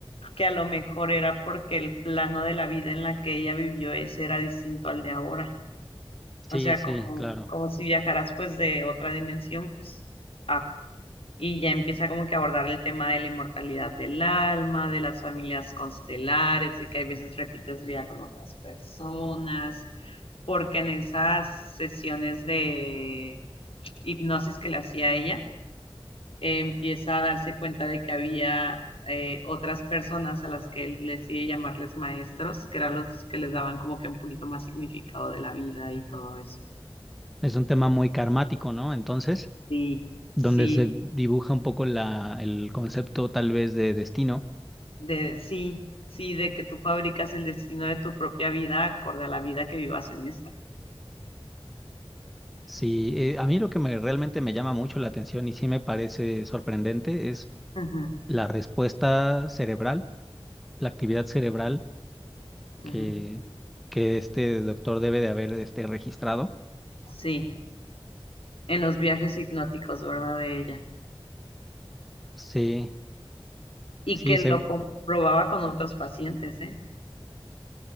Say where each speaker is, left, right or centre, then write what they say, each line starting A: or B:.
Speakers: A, on the left; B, in the centre.
A: que a lo mejor era porque el plano de la vida en la que ella vivió ese era distinto al de ahora.
B: Sí,
A: O sea,
B: sí,
A: como,
B: claro.
A: como si viajaras pues de otra dimensión, pues. ah. Y ya empieza como que a abordar el tema de la inmortalidad del alma, de las familias constelares, de que hay veces repites vida con otras personas, porque en esas sesiones de hipnosis que le hacía a ella, eh, empieza a darse cuenta de que había eh, otras personas a las que él decide llamarles maestros, que eran los que les daban como que un poquito más significado de la vida y todo eso.
B: Es un tema muy karmático, ¿no? Entonces.
A: Sí, Sí,
B: donde se dibuja un poco la, el concepto tal vez de destino.
A: de sí, sí, de que tú fabricas el destino de tu propia vida acorde a la vida que vivas en esta.
B: Sí, eh, a mí lo que me, realmente me llama mucho la atención y sí me parece sorprendente es
A: Ujú,
B: la respuesta cerebral, la actividad cerebral que,
A: ujú.
B: que este doctor debe de haber este, registrado.
A: Sí, en los viajes hipnóticos, ¿verdad? De ella.
B: Sí,
A: Y
B: sí,
A: que
B: se-
A: lo comprobaba con otros pacientes, ¿eh?